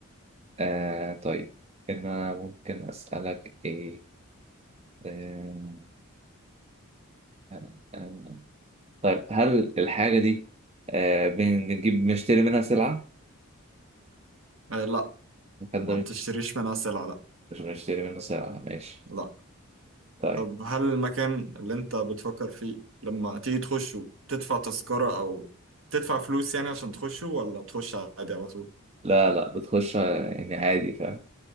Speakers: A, on the right; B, on the right.
A: آه طيب أنا ممكن أسألك إيه؟ آه آه آه. طيب هل الحاجة دي آه بن- بنجيب بنشتري منها سلعة؟
B: آه لا
A: حد
B: ما بتشتريش منها سلع لا
A: مش بنشتري منه ساعة ماشي
B: لا
A: طيب
B: طب هل المكان اللي انت بتفكر فيه لما تيجي تخشه تدفع تذكرة أو تدفع فلوس يعني عشان تخشه ولا تخش عادي على طول
A: لا لا بتخش يعني عادي فاهم